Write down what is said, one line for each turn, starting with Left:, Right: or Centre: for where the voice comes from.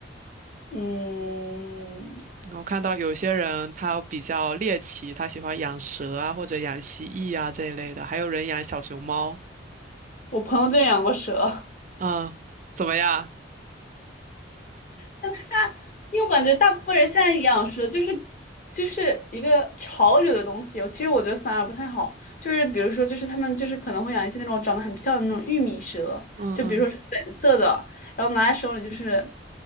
Left: 嗯，
Right: 我看到有些人他比较猎奇，他喜欢养蛇啊，或者养蜥蜴啊这一类的，还有人养小熊猫。
Left: 我朋友就养过蛇。
Right: 嗯，怎么样？
Left: 但因为我感觉大部分人现在养蛇就是就是一个潮流的东西，其实我觉得反而不太好。就是比如说，就是他们就是可能会养一些那种长得很漂亮的那种玉米蛇，
Right: 嗯嗯
Left: 就比如说是粉色的，然后拿在手里就是。